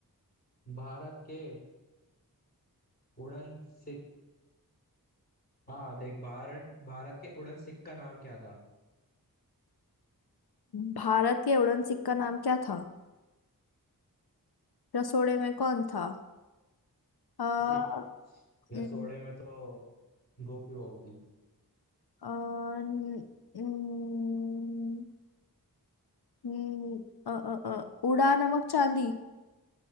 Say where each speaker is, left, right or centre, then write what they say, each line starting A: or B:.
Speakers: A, on the left; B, on the left.
A: भारत के उड़न सिख हाँ देख भारत भारत के उड़न सिख का नाम क्या था
B: भारत के उड़न सिख का नाम क्या था रसोड़े में कौन था अ
A: <laughs> रसोड़े
B: न-
A: में तो गोपी होगी
B: अ, न- न- न- अ, अ, अ, उड़ा नमक चांदी